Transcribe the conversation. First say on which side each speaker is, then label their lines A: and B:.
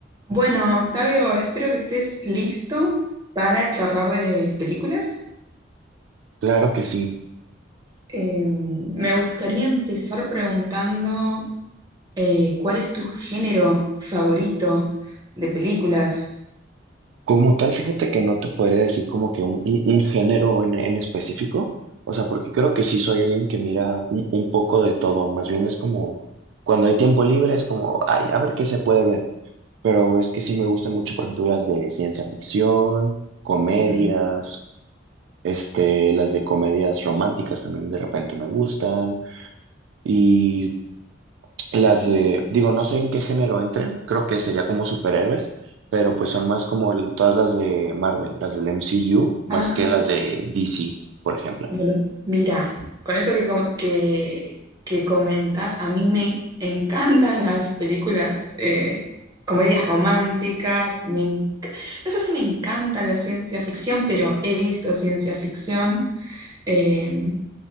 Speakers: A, on the right; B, on the right.
A: Bueno, Octavio, espero que estés listo para charlar de películas.
B: Claro que sí.
A: Eh, me gustaría empezar preguntando eh, ¿cuál es tu género favorito de películas?
B: Como tal, fíjate que no te podría decir como que un, un- un género en, en específico, o sea, porque creo que sí soy alguien que mira un, un poco de todo, más bien es como, cuando hay tiempo libre es como, ay, a ver qué se puede ver, pero es que sí me gustan mucho, por ejemplo, las de ciencia ficción, comedias,
A: Mm.
B: este, las de comedias románticas también de repente me gustan, y Las
A: Y-
B: de, digo, no sé en qué género entren, creo que sería como superhéroes, pero pues son más como el- todas las de Marvel, las del MCU, más
A: ah,
B: que las de DC, por ejemplo.
A: Bueno, mira, con esto que, com- que, que comentas, a mí me encantan las películas, eh, comedias románticas, me enc- no sé si me encanta la ciencia ficción, pero he visto ciencia ficción. eh,